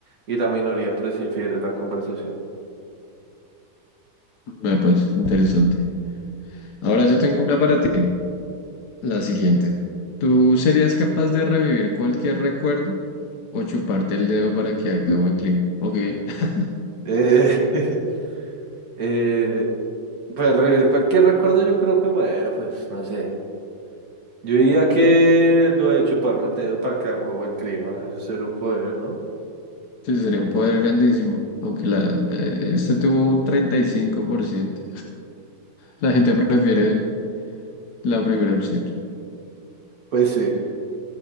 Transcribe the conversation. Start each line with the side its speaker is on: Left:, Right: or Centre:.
Right: y la minoría prefiere la conversación.
Left: Bueno, pues interesante. Ahora yo tengo una para ti. La siguiente. ¿Tú serías capaz de revivir cualquier recuerdo o chuparte el dedo para que haga buen clima? Ok, <laughs>
Right: Eh, <laughs> eh, pues revivir cualquier recuerdo, yo creo que, bueno, pues no sé. Yo diría que lo de chuparme el dedo para que haga buen clima, eso es cero poder, ¿no?
Left: sí, sería un poder grandísimo, aunque la, eh, este tuvo un treinta y cinco por ciento La gente prefiere la primera opción.
Right: Pues sí.